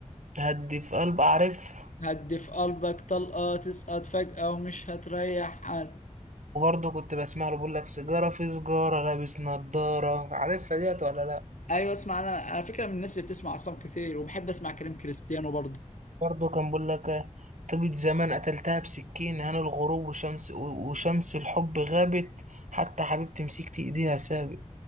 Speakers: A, on the right (about 80°); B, on the left (about 85°).
A: هدي في قلب اعرف
B: هدي في قلبك طلقة تسقط فجأة ومش هتريح حد
A: وبرضه كنت بسمع له بيقول لك سيجاره في سجاره لابس نضاره عارفها ديت ولا لا
B: ايوه اسمع انا على فكرة من الناس اللي بتسمع عصام كتير وبحب اسمع كلام كريستيانو برضه
A: برضه كان بيقول لك طيبة زمان قتلتها بسكين هان الغروب وشمس و- وشمس الحب غابت حتى حبيبتي مسكت ايديها سابق